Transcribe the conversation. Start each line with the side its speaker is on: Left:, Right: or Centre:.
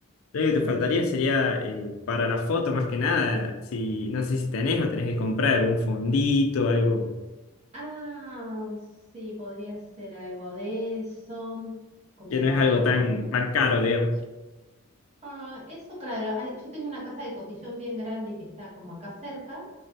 Left: lo único que
Right: Sí.
Left: te faltaría sería eh, para la foto más que nada, si no sé si tenés o tenés que comprar algún fondito, algo
Right: Ah, sí, podría ser algo de eso, como
Left: que no
Right: para
Left: es algo
Right: ponerle.
Left: tan, tan caro, digamos.
Right: Ah, eso, claro, hay- yo tengo una casa de cotillón bien grande que está como acá cerca.